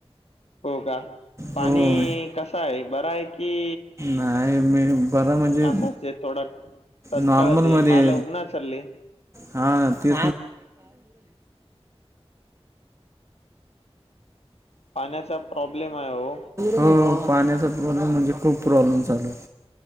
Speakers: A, on the left; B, on the right.
A: हो का पाणी
B: हो
A: कस आहे बर आहे. की
B: नाही मी बरं म्हणजे
A: असाच आहे थोडा तत्काळत
B: नॉर्मल
A: आहे
B: मध्ये
A: मला उगना चालले
B: हा ती
A: पाण्याचा प्रॉब्लेम आहे हो
B: हो पाण्याचा प्रॉब्लेम म्हणजे खूप प्रॉब्लेम चालू